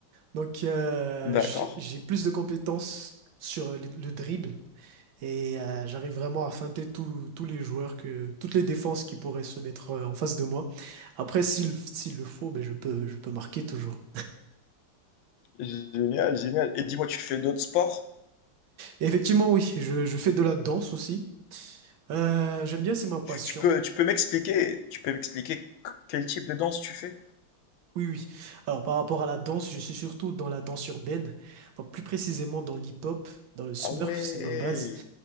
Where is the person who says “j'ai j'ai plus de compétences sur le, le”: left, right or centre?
Right